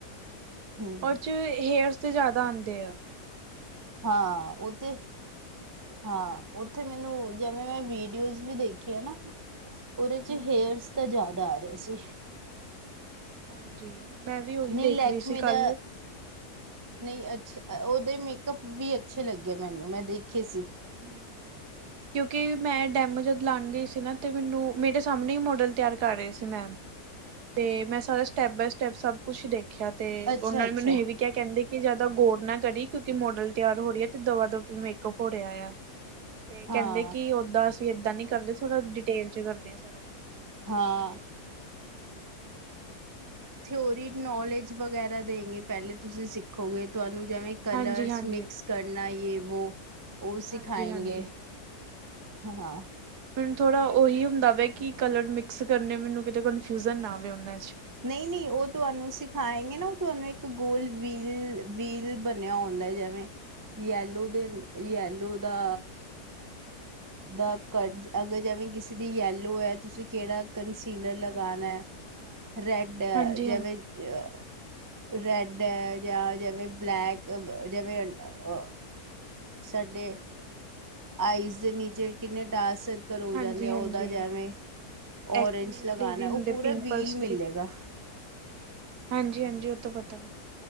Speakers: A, on the right; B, on the right.
A: ਹਮ
B: ਔਰ 'ਚ ਹੇਅਰਸ ਤੇ ਜਾਦਾ ਆਂਦੇ ਐ।
A: ਹਾਂ ਓ ਤੇ ਹਾਂ ਉੱਥੇ ਮੈਨੂੰ ਜਿਵੇਂ ਮੈਂ ਵੀਡੀਓਜ਼ ਵੀ ਦੇਖਿਆ ਨਾ ਉਹਦੇ
B: ਹੂੰ-ਹੂੰ।
A: 'ਚ ਹੇਅਰਸ ਤਾਂ ਜਾਦਾ ਆ ਰਿਆ ਸੀ।
B: ਹਾਂਜੀ ਮੈਂ ਵੀ ਉਹੀ
A: ਨਈ
B: ਦੇਖ
A: ਲੈਕਮੇ
B: ਰਹੀ ਸੀ
A: ਦਾ
B: ਕੱਲ।
A: ਨਈ ਅੱਛ ਉਹਦੇ ਮੇਕਅਪ ਵੀ ਅੱਛੇ ਲੱਗੇ ਮੈਨੂੰ ਮੈਂ ਦੇਖੇ ਸੀ।
B: ਹੂੰ ਕਿਉਂਕਿ ਮੈਂ ਡੈਮ ਜਦ ਲਉਣ ਗਈ ਸੀ ਨਾ ਤੇ ਮੈਨੂੰ ਮੇਰੇ ਸਾਹਮਣੇ ਹੀ ਮੋਡਲ ਤਿਆਰ ਕਰ ਰਏ ਸੀ ਮੈਮ ਤੇ ਮੈਂ ਸਾਰਾ ਸਟੈਪ ਬਾਏ ਸਟੈਪ ਸਭ ਕੁਛ ਦੇਖਿਆ ਤੇ
A: ਅੱਛਾ
B: ਉਹਨਾਂ ਨੇ
A: ਅੱਛਾ
B: ਮੈਨੂੰ ਇਹ ਵੀ ਕਿਆ ਕੈਂਦੇ ਕਿ ਜਾਦਾ ਗੋਰ ਨਾ ਕਰੀ ਕਿਉਂਕਿ ਮੋਡਲ ਤਿਆਰ ਹੋ ਰਈ ਹੈ ਤੇ ਦਵਾ ਦਵ ਮੇਕਅਪ ਹੋ ਰਿਆ ਆ। ਤੇ
A: ਹਾਂ
B: ਕੈਂਦੇ ਕਿ ਓਦਾਂ ਅਸੀਂ ਏਦਾਂ ਨੀ ਕਰਦੇ ਥੋੜ੍ਹਾ ਡਿਟੇਲ 'ਚ ਕਰਦੇ ਹਾਂ ਸਾਰਾ ਕੁਛ
A: ਹਾਂ
B: ਹੂੰ
A: ਥਿਊਰੀ ਨੌਲੇਜ ਵਗੈਰਾ ਦੇਂਗੇ ਪੈਲੇ ਤੁਸੀਂ ਸਿੱਖੋਗੇ ਤੁਹਾਨੂੰ ਜਿਵੇਂ ਕਲਰਸ
B: ਹਾਂਜੀ ਹਾਂਜੀ
A: ਮਿਕਸ ਕਰਨਾ ਜੇ ਵੋ ਓ ਸਿਖਾਏਂਗੇ
B: ਹਾਂਜੀ ਹਾਂਜੀ
A: ਹਾਂ।
B: ਮੈਨੂੰ ਥੋੜ੍ਹਾ ਉਹੀ ਹੁੰਦਾ ਵਾ ਕਿ ਕਲਰ ਮਿਕਸ ਕਰਨੇ ਮੈਨੂੰ ਕਿਤੇ ਕਨਫਿਊਜਨ ਨਾ ਆਵੇ ਉਹਨਾਂ 'ਚ
A: ਨਈ-ਨਈ ਓ ਤੁਹਾਨੂੰ ਸਿਖਾਏਗੇ ਨਾ ਓ ਤੁਹਾਨੂੰ ਇੱਕ ਗੋਲ ਵੀਲ-ਵੀਲ ਬ ਬਨਿਆ ਹੁੰਦਾ ਜਿਵੇਂ ਯੈਲੋ ਦੇ ਯੈਲੂ ਦਾ ਦਾ ਕ ਅਗਰ ਜਿਵੇਂ ਕਿਸੇ ਦੀ ਯੈਲੋ ਹੈ ਤੁਸੀਂ ਕੇੜਾ ਕੰਸੀਲਰ ਲਗਾਨਾ
B: ਅੱਛਾ ਅੱਛਾ ਅੱਛਾ
A: ਰੈਡ
B: ਹਾਂਜੀ
A: ਜਿਵੇਂ
B: ਹਾਂਜੀ
A: ਅ ਰੈਡ ਹੈ ਜਾਂ ਜਿਵੇਂ ਬਲੈਕ ਜਿਵੇਂ ਅ ਸਾਡੇ ਆਈਸ ਦੇ ਨੀਚੇ ਕਿੰਨੇ ਡਾਰਕ ਸ ਕਲ ਹੋ
B: ਹਾਂਜੀ
A: ਜਾਂਦੇ ਆ
B: ਹਾਂਜੀ
A: ਉਹਦਾ ਜਿਵੇਂ
B: ਐਕਨੇਸ
A: ਔਰਂਜ ਲਗਾਨਾ
B: ਲਈ ਵੀ ਹੁੰਦੇ
A: ਓ ਪੂਰਾ
B: ਪਿੰਪਲਸ
A: ਵੀਲ ਮਿਲੇਗਾ।
B: ਹਾਂਜੀ-ਹਾਂਜੀ ਓ ਤਾ ਪਤਾ